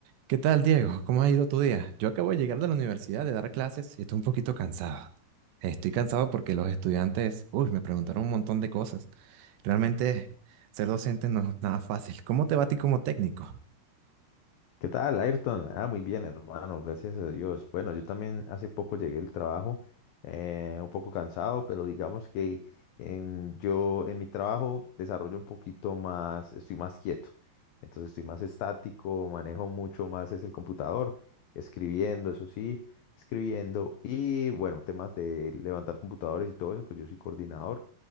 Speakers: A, on the right (about 75°); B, on the left (about 70°).
A: ¿Qué tal, Diego? ¿Cómo ha ido tu día? Yo acabo de llegar de la universidad de dar clases y estoy un poquito cansado. Estoy cansado porque los estudiantes, uy, me preguntaron un montón de cosas. Realmente ser docente no es nada fácil. ¿Cómo te va a ti como técnico?
B: ¿Qué tal, Ayrton? Ah, muy bien, hermano, gracias a Dios. Bueno, yo también hace poco llegué del trabajo, eh, un poco cansado, pero digamos que en- yo en mi trabajo desarrollo un poquito más, estoy más quieto, entonces estoy más estático, manejo mucho más es el computador, escribiendo, eso sí, escribiendo y bueno, temas de levantar computadores y todo eso, pues yo soy coordinador.